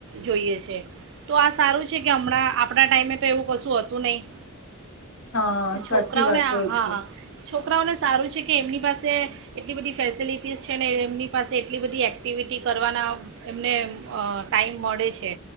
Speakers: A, on the right; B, on the left.
A: જોઈએ છે તો આ સારું છે કે હમણાં અ આપણા ટાઈમે તો એવું કશું હતું નહીં.
B: હા સાચી
A: છોકરાઓને
B: વાત કહું
A: હા
B: છું
A: છોકરાઓને સારું છે કે એમની પાસે સે એટલી બધી ફેસિલિટીઝ છે ને એમની પાસે એટલી બધી એક્ટિવિટી કરવાના એમને ટાઈમ મળે છે.